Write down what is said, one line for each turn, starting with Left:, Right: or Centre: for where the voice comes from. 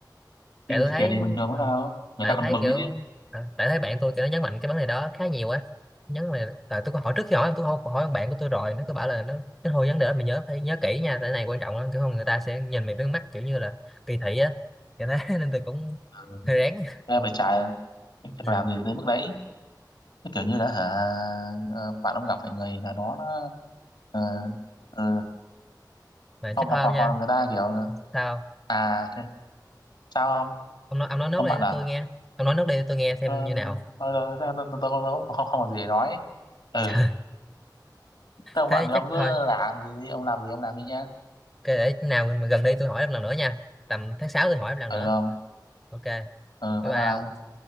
Centre: tại
Left: xin
Centre: tôi
Left: trả
Centre: thấy
Left: tiền thì bình thường
Centre: ừ.
Left: có sao đâu người
Centre: tại
Left: ta
Centre: tôi
Left: còn
Centre: thấy
Left: mừng
Centre: kiểu
Left: đấy chứ
Centre: à, tại thấy bạn tôi kiểu nó nhấn mạnh cái vấn đề đó khá nhiều á nhấn mà tại tôi có hỏi trước khi hỏi tôi không hỏi ông bạn của tôi rồi nó có bảo là nó cái hồi vấn đề đó mày nhớ phải nhớ kỹ nha tại cái này quan trọng lắm kiểu không người ta sẽ nhìn mày với mắt kiểu như là kỳ thị á kiểu thế <laughs> nên tôi cũng
Left: Ờ,
Centre: hơi rén
Left: ra phải trả chắc
Centre: ừ.
Left: làm gì tới mức đấy Cái kiểu như là hả ờ, bạn ông gặp phải người nào đó nó ờ, ờ,
Centre: mà
Left: không
Centre: chắc
Left: hoặc
Centre: thôi ông
Left: hoặc
Centre: nha
Left: hoặc là người ta kiểu là,
Centre: sao
Left: à thế, sao không
Centre: ông nói ông nói nốt
Left: không
Centre: đây
Left: bạn à
Centre: tôi nghe ông nói nốt đây tôi nghe xem
Left: thôi
Centre: như nào
Left: thôi thôi thôi, tôi tôi tôi cũng không không không có gì để nói ừ
Centre: <laughs> Trời,
Left: thế ông
Centre: thế
Left: bạn thì
Centre: chắc
Left: ông cứ
Centre: thôi.
Left: làm gì đi, ông làm gì ông làm đi nha
Centre: Cái để nào mà gần đi tôi hỏi em lần nữa nha. Tầm tháng 6 tôi hỏi em lần
Left: ừ
Centre: nữa.
Left: không
Centre: Ok.
Left: Ờ,
Centre: Bye
Left: bye
Centre: bye.
Left: bye